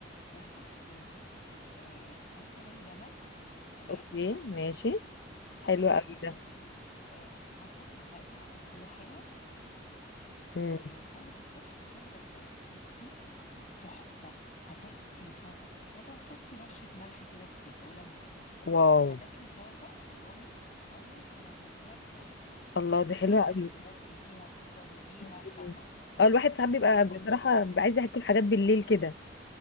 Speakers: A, on the left (about 40°); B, on the left (about 65°).
A: وحطي يا ستي آه، هاتي عين جمل تمام
B: اوكي ماشي حلو
A: وهاتي
B: قوي ده
A: آه، عسل معلقة عسل كده حلوة
B: امم
A: وخل تفاح وخل بلسمك بصي تحفة هتاكلي سلطة وحطي رشة ملح كده بسيطة وليمون
B: واو
A: هتاكلي سلطة والله عمرك ما اكلتيها في حياتك
B: الله دي حلوه
A: دي بقى
B: قوي
A: تتغدي بيها تفطري بيها
B: مم.
A: فاهمة
B: اه الواحد ساعات بيبقى
A: طب بقول
B: بصراحه
A: لك
B: بيبقى عايز ياكل حاجات بالليل كده